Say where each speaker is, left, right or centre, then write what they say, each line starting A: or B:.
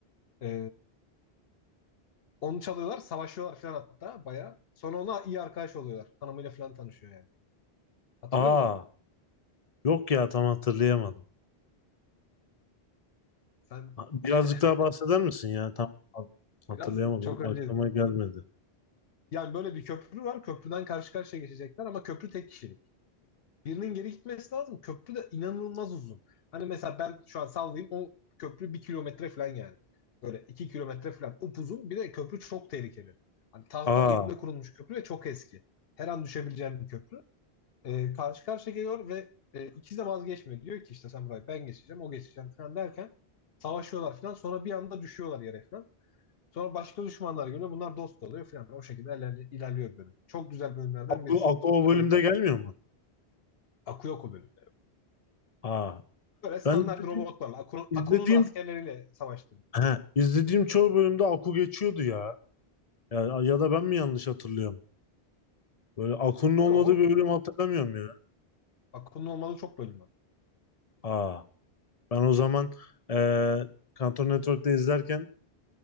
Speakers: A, on the left; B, on the left.
A: E, onu çalıyorlar. Savaşıyorlar falan hatta bayağı. Sonra ona iyi arkadaş oluyorlar. Hanımıyla falan tanışıyor yani. Hatırlıyor
B: Aa
A: musun onu?
B: Yok ya tam hatırlayamadım.
A: Sen
B: Ha- Birazcık
A: <laughs>
B: daha bahseder misin ya? Tam ha- hatırlayamadım.
A: biraz çok önce
B: Aklıma gelmedi.
A: yani böyle bir köprü var. Köprüden karşı karşıya geçecekler ama köprü tek kişilik. birinin geri gitmesi lazım. Köprü de inanılmaz uzun. Hani mesela ben şu an sallayayım o köprü bir kilometre falan yani. Böyle iki kilometre falan upuzun. Bir de köprü çok tehlikeli. Hani tahta
B: Aa,
A: iple kurulmuş köprü ve çok eski. Her an düşebileceğim bir köprü. Ee, karşı karşıya geliyor ve e, ikisi de vazgeçmiyor. Diyor ki işte sen burayı ben geçeceğim, o geçeceğim falan derken savaşıyorlar falan. Sonra bir anda düşüyorlar yere falan. Sonra başka düşmanlar geliyor. Bunlar dost oluyor falan. O şekilde ilerli- ilerliyor bölüm. Çok güzel bölümlerden
B: Aku,
A: birisidir.
B: Aku o
A: İkoniktir
B: bölümde gelmiyor
A: yani.
B: mu?
A: Akıyor o bölüm.
B: Aa,
A: Böyle standart
B: ben izlediğim
A: robotlarla, Akun-
B: izlediğim
A: Akun'un askerleriyle savaştı.
B: he, izlediğim çoğu bölümde Aku geçiyordu ya. Ya, ya da ben mi yanlış hatırlıyorum? Böyle Aku'nun olmadığı
A: Yo,
B: bir bölüm hatırlamıyorum ya.
A: Akun'un olmadığı çok bölüm var.
B: Aa, ben o zaman eee Cartoon Network'te izlerken